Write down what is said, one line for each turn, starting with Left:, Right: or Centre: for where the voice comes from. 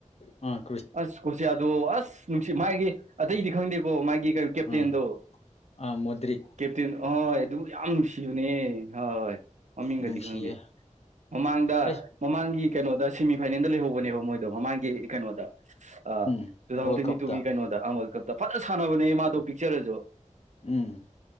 Left: ꯑ
Right: ꯑꯁ ꯀꯣꯁꯤꯌꯥꯗꯨ ꯑꯁ ꯅꯨꯡꯁꯤꯠ ꯃꯥꯥꯏꯒꯤ ꯑꯇꯩꯗꯤ ꯈꯪꯗꯦꯀꯣ ꯃꯥꯒꯤ ꯀ ꯀꯦꯞꯇꯦꯟꯗꯣ
Left: ꯑꯥ ꯑꯥ ꯃ‌ꯣꯗꯔꯤ
Right: ꯀꯦꯞꯇꯦꯟ ꯑꯍꯣꯏ ꯑꯗꯨ ꯌꯥꯝ ꯅꯨꯡꯁꯤꯕꯅꯦ ꯍꯣꯏ ꯃꯃꯤꯡꯒꯗꯤ
Left: ꯅꯨꯡꯁꯤꯌꯦ
Right: ꯈꯪꯗꯦ ꯃꯃꯥꯡꯗ
Left: ꯑꯦꯁ
Right: ꯃꯃꯥꯡꯒꯤ ꯀꯩꯅꯣꯗ ꯁꯦꯃꯤꯐꯥꯏꯅꯦꯜꯗ ꯂꯩꯍꯧꯕꯅꯦꯕ ꯃꯣꯏꯗꯣ ꯃꯃꯥꯡꯒꯤ ꯀꯩꯅꯣꯗ ꯑ
Left: ꯎꯝ
Right: ꯇꯨ ꯊꯥꯎꯖꯟ
Left: ꯋꯥꯔꯜ
Right: ꯇ꯭ꯋꯦꯟꯇꯤ
Left: ꯀꯞꯇ
Right: ꯇꯨꯒꯤ ꯀꯩꯅꯣꯗ ꯑ ꯋꯥꯔꯜ ꯀꯞꯇ ꯐꯖꯅ ꯁꯥꯟꯅꯕꯅꯦ ꯃꯥ ꯑꯗꯨ ꯄꯤꯛꯆꯔꯁꯨ
Left: ꯎꯝ